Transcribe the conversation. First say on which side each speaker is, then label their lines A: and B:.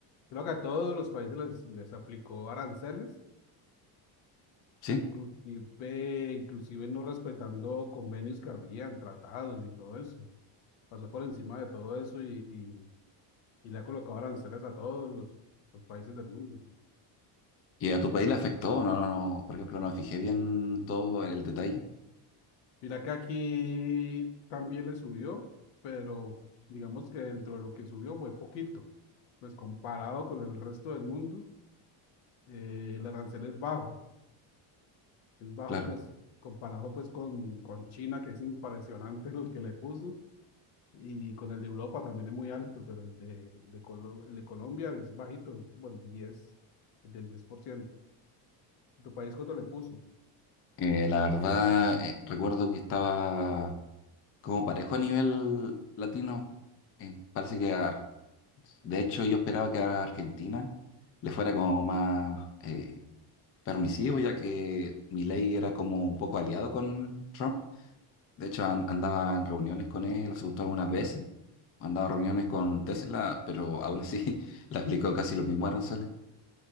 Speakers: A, on the left; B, on the left.
A: creo que a todos los países les, les aplicó aranceles,
B: Sí.
A: inclusive, inclusive no respetando convenios que habían, tratados y todo eso. Pasó por encima de todo eso y, y, y le ha colocado aranceles a todos los, los países del mundo.
B: ¿Y a tu país le afectó? No, no, no. Por ejemplo, no me fijé bien todo el detalle.
A: Mira que aquí también le subió, pero digamos que dentro de lo que subió fue poquito, pues comparado con el resto del mundo, eh, el arancel es bajo es bajo
B: Claro.
A: pues comparado pues con, con China, que es impresionante <laughs> lo que le puso, y con el de Europa también es muy alto, pero el de, de, Colo- el de Colombia es bajito, es como el 10, el del diez por ciento ¿Tu país cuánto le puso?
B: Eh, la verdad, eh, recuerdo que estaba como parejo a nivel latino. Eh, parece que a De hecho, yo esperaba que a Argentina le fuera como más eh, permisivo, ya que Milei era como un poco aliado con Trump. De hecho, an- andaba en reuniones con él, lo juntó algunas veces. Andaba en reuniones con Tesla, pero aún así <laughs> le aplicó casi los mismos aranceles.